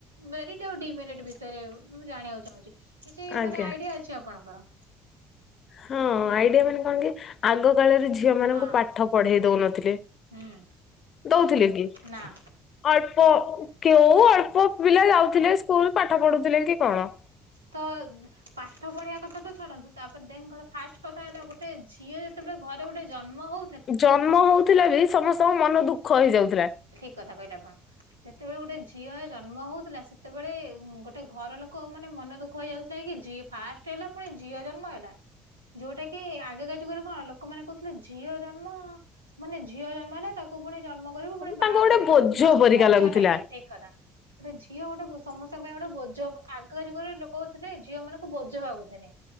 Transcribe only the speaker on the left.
ଆଜ୍ଞା
ହଁ ଆଇଡିଆ ମାନେ କଣକି ଆଗକାଳରେ ଝିଅ ମାନଙ୍କୁ
ପାଠ ପଢେଇ ଦଉନଥିଲେ।
ଦଉଥିଲେକି?
ଅଳ୍ପ କେଉଁ ଅଳ୍ପପିଲା ଯାଉଥିଲେ ସ୍କୁଲ ପାଠ ପଢୁଥିଲେକି କଣ?
ଜନ୍ମ ହଉଥିଲେ ବି ସମସ୍ତଙ୍କ ମନ ଦୁଃଖ ହେଇଯାଉଥିଲା।
ହଁ
ତାଙ୍କୁ ଗୋଟେ ବୋଝ
ପରିକା
ଲାଗୁଥିଲା